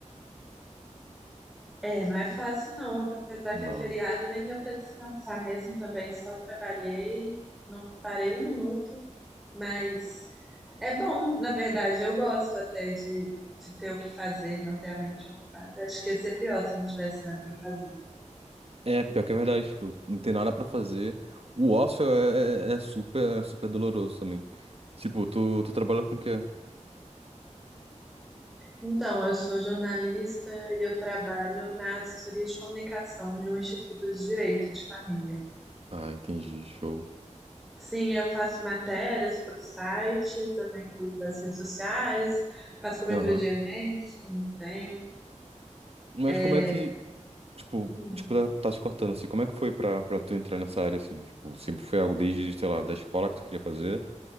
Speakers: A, in the centre; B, on the right.
A: É, não é fácil não, apesar
B: Não.
A: que é feriado, nem deu pra descansar mesmo também, só trabalhei, não parei um minuto, mas é bom, na verdade, eu gosto até de, de ter o que fazer, manter a mente ocupada. Acho que ia ser pior se não tivesse nada pra fazer.
B: É, pior que é verdade, tipo, não tem nada pra fazer. O ócio é, é- é super, é super doloroso também. Tipo, tu, tu trabalha com o quê?
A: Então, eu sou jornalista e eu trabalho na assessoria de comunicação de um instituto de direito de família.
B: Ah, entendi, show.
A: Sim, eu faço matérias para o site, também cuido das redes sociais, faço cobertura
B: Aham.
A: de eventos quando tem.
B: Mas
A: É,
B: como é que, tipo,
A: hum,
B: desculpa tá se cortando, assim, como é que foi pra, pra tu entrar nessa área, assim? Tipo, sempre foi algo desde, sei lá, da escola que tu queria fazer?